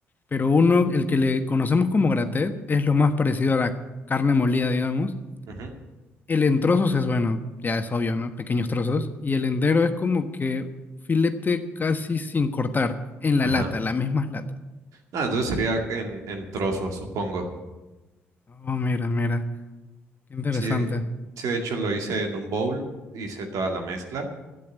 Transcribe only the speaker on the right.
Ujú,
Ajá.
Ah, entonces sería en, en trozos, supongo.
Sí, sí, de hecho lo hice en un bowl, hice toda la mezcla